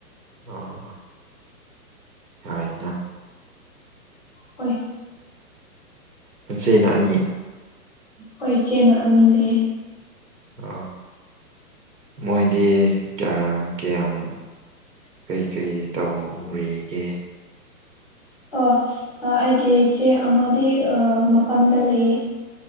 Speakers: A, on the right; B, in the centre.
A: <inaudible> ꯌꯥꯏꯅ
B: ꯍꯣꯏ
A: ꯅꯆꯦꯅ ꯑꯅꯤ
B: ꯍꯣꯏ ꯏꯆꯦꯅ ꯑꯅꯤꯗꯤ
A: ꯑ ꯃꯣꯏꯗꯤ ꯀ꯭ꯌꯥꯀ꯭ꯌꯝ ꯀꯔꯤ ꯀꯔꯤ ꯇꯧꯔꯤꯒꯦ
B: ꯑꯣ ꯑꯩꯒꯤ ꯏꯆꯦ ꯑꯃꯗꯤ ꯃꯄꯥꯟꯗ ꯂꯩꯌꯦ